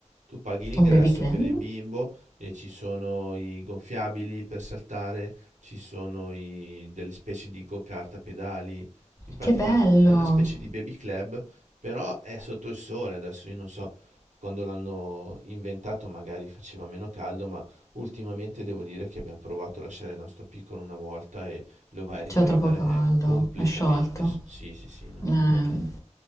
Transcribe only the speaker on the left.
Un baby clam?
Che bello!
C'era troppo caldo,
è sciolto.
Eh,